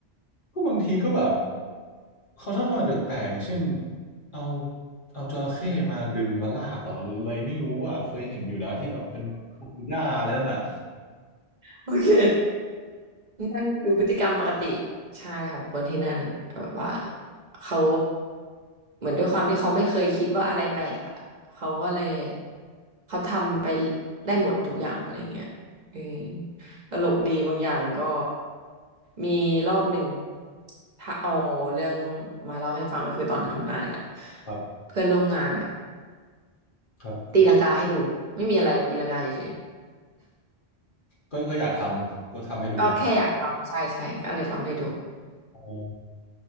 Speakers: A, on the left (about 50°); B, on the right (about 45°).
A: ก็บางทีก็แบบเขาชอบทำอะไรแปลกๆอย่างเช่นเอาเอาจระเข้มาดึงมาลากเหรอหรืออะไรไม่รู้อ่ะเคยเห็นอยู่นะที่แบบเป็นฟลอริดาอะไรนั่นน่ะ
B: โอเค นั่นคือพฤติกรรมปกติใช่ของคนที่นั่นแบบว่าเขาเหมือนด้วยความที่เขาไม่เคยคิดว่าอะไรแปลกอะเขาก็เลยเขาทำไปได้หมดทุกอย่างอะไรเงี้ยเออตลกดีบางอย่างก็มีรอบหนึ่งถ้าเอาเรื่องมาเล่าให้ฟังก็คือตอนทำงานอะ
A: ครับ
B: เพื่อนร่วมงานอะ
A: ครับ
B: ตีลังกาให้ดูไม่มีอะไรตีลังกาเฉย
A: ก็ก็อยากทำก็ทำให้ดูเลย
B: ๆก็แค่อยากทำใช่ใช่ก็เลยทำให้ดู
A: อ๋อ